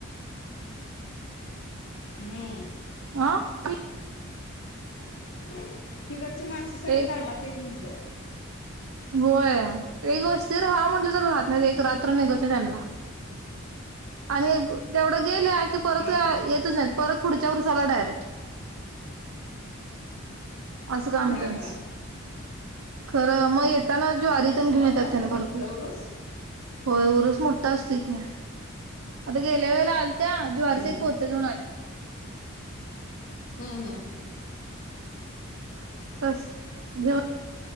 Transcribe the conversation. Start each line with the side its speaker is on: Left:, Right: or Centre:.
Right: तर <inaudible>
Left: हम्म
Right: आ <unintelligible>
Left: हिकडची माणसं सगळी
Right: ते
Left: कामाची हायत म्हणल.
Right: होय एक वस्ती राह म्हटलं तर राहत नाहीत एक रात्र निघत नाही त्यांना. आणि प तेवढं गेल्या की परत
Left: हा हा.
Right: येतच नाहीत परत पुढच्या ऊरसालाच डायरेक्ट. असं काम आहे
Left: हा
Right: त्यांच
Left: हा
Right: खरं म ये त्यां नव ज्वारी तेन घेऊन
Left: मोठा
Right: येत्यात
Left: असतो
Right: त्यांन
Left: ना
Right: भरपूर.
Left: तिथला उरूस?
Right: होय उरूस मोठा असतोय की
Left: हम्म
Right: आता
Left: हम्म.
Right: गेल्या वेळेला आल- त्या ज्वारीचं
Left: हम्म
Right: एक पोत घेऊन आली
Left: हम्म हम्म
Right: तसेव